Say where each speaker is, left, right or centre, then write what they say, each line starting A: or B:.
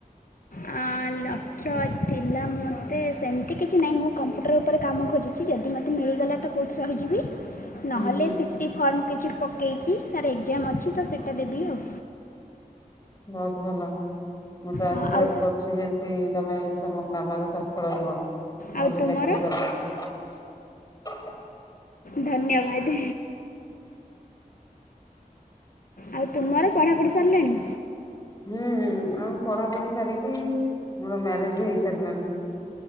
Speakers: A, on the left (about 65°); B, on the left (about 25°).
A: ହଁ। ଲକ୍ଷ୍ୟ ଥିଲା ମୋତେ ସେମିତି କିଛି ନାହିଁ ମୁଁ କମ୍ପ୍ୟୁଟର ଉପରେ କାମ ଖୋଜୁଛି ଯଦି ମୋତେ ମି ଲିଗଲା ତୋ କଉଠି ରହିଯିବି।
B: ହୁଁ
A: ନହଲେ
B: ହୁଁ
A: ତ ସି ଟି ଫାର୍ମ ପକେଇଚି ତାର ଏକ୍ଜାମ ଅଛି। ସେଟା ଦେବି ଆଉ।
B: ବହୁତ ଭଲ ମୁଁ ତ ଆଶୀର୍ବାଦ
A: ହଁ, ଆଉ
B: କରୁଛି ଯେମିତି ତମେ ତମ କାମରେ ସଫଳ ହୁଅ
A: ଆଉ
B: ଭଲ
A: ତୁମର
B: ଚାକିରୀ କର। ହ
A: ଧନ୍ୟବାଦ। ଆଉ ତୁମର ପଢାପଢି ସାରିଲାଣି?
B: ହୁଁ ଆଉ ପଢାପଢି ସାରିକି ମୋର ମ୍ୟାରେଜ ବି ହେଇ ସାରିଲାନି।